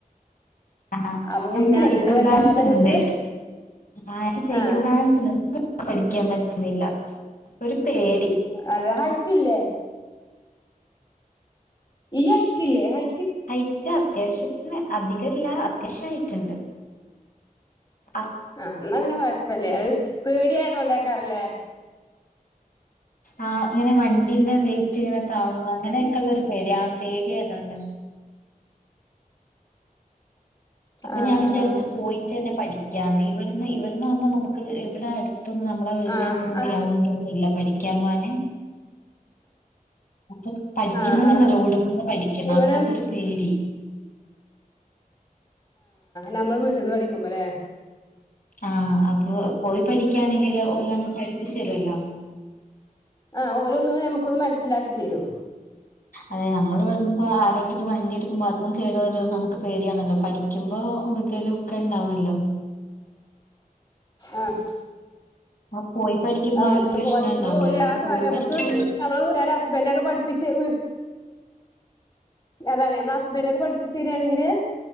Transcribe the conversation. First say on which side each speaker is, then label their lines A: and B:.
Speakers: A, on the left; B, on the left.
A: ആഹ്
B: അപ്പൊ
A: എന്ക്ക്
B: പിന്നെ
A: സൈക്കിൾ
B: അങ്ങനെ വല്ലാതെ
A: ബാലൻസ്ണ്ട്
B: അങ്ങട്ട്
A: <unintelligible> സൈക്കിൾ
B: ആഹ്
A: <unintelligible> പഠിക്കാൻ പറ്റുന്നില്ല, ഒരു പേടി.
B: അതെ ഹൈറ്റ്ല്ലേ? ഈ ഹൈറ്റ് ഇല്ലേ ഹൈ
A: ഹൈറ്റാ അത്യാവശ്യത്തിന് അധികല്ല അത്യാവശ്യ ഹൈറ്റ് ഉണ്ട്, ആ
B: ആഹ് എന്നാ പിനെ കൊഴപ്പല്ലേ അത് പേടിയായതോണ്ടേക്കാറല്ലേ.
A: ആഹ് ഇങ്ങനെ വണ്ടീന്റെ വെയ്റ്റ് ഇങ്ങനെ താങ്ങാ അങ്ങനെയൊക്കെള്ള ഒരു പേടി ആ പേടി ആയതോണ്ട്. അപ്പ
B: ആഹ്
A: ഞാൻ വിചാരിച്ച്
B: ആഹ്
A: പോയിട്ട്ന്നെ പഠിക്കാന്ന് ഇവിടുന്ന് ഇവിട്ന്ന് ആവുമ്പോ നമുക്ക് ഇവിടെ അട് ത്തൊന്നും നമ്മളെ വീടിന്റാടുത്തൊന്നും
B: ആഹ് ആഹ്
A: ഗ്രൗണ്ട് ഒന്നും ഇല്ല പഠിക്കാൻ പോവാനാന്. അപ്പ പഠിക്കുന്നതന്നെ
B: ആഹ് ആഹ്
A: റോഡ് വന്ന് പഠിക്കണം,
B: ഇവിടെ
A: അപ്പ അതൊരു പേടി.
B: നമ്മളെ വീട്ട്ന്ന് പഠിക്കുമ്പോ അല്ലേ.
A: ആഹ് അപ്പോ പോയി പഠിക്കാണെങ്കില് ഓലന്ന് പഠിപ്പിച്ച് തരുവല്ലോ.
B: ആഹ് ഓലോന്ന് നമുക്കൊന്ന് മനസ്സിലാക്കി തരും.
A: അതെ നമ്മള് വന്നപ്പോ ആ രെങ്കിലും വണ്ടി എടുക്കുമ്പോ അതും കേട് വരുന്നു നമുക്ക് പേടിയാണല്ലോ പഠിക്കുമ്പോ വികല് ഒക്കെ ഇണ്ടാവല്ലോ.
B: ആഹ്
A: ആ പോയി പഠിക്കുന്ന
B: അതാണ്
A: ആ ഒരു പ്രശ്നംണ്ടാവൂലല്ലോ
B: പഠിക്കുമ്പോ ഓല്
A: അപ്പ
B: ആ
A: പോയി
B: കാര്യം
A: പഠിക്കാ
B: നമുക്ക് നമ്മളെ വീട്ടാരെ ഹസ്ബൻഡ് ഒക്കെ പഠിപ്പിച്ച് അതാണ് നമ്മള ഹസ്ബൻഡ് ഒക്കെ പഠിപ്പിച്ച് തരിയാണെങ്കില്